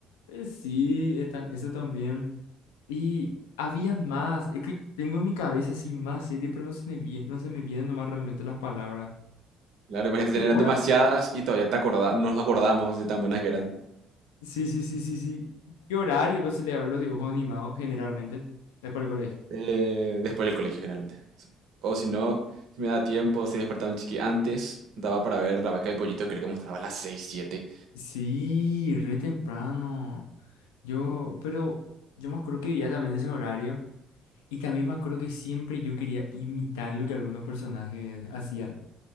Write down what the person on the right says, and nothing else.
Claro, imagínate,
eran
demasiadas y todavía te acorda- nos acordamos de tan buenas que eran.
Eh, después del colegio, generalmente. O si no, si me daba tiempo, si me despertaba un chiqui antes, daba para ver la vaca y el pollito, creo que mostraba a las 6 siete